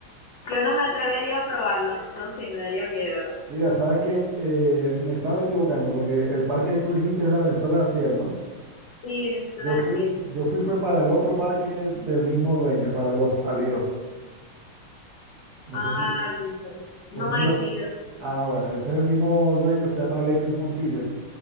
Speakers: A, on the left; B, on the right.
A: yo no me atrevería a probarlo. No sé, me daría miedo.
B: Mira, sabes que me estaba equivocando porque el parque que tú dijiste es la Venezuela de antier, ¿no?
A: Sí, Venezuela
B: Yo
A: de
B: fui,
A: Ansiedad.
B: yo fui fue para el otro parque del mismo dueño, para los aleros. No
A: Ah,
B: sé si,
A: listo. No
B: no sé si
A: hay,
B: lo.
A: no he ido.
B: Ah, bueno, ese es el mismo dueño, se llama Alexis Montilla.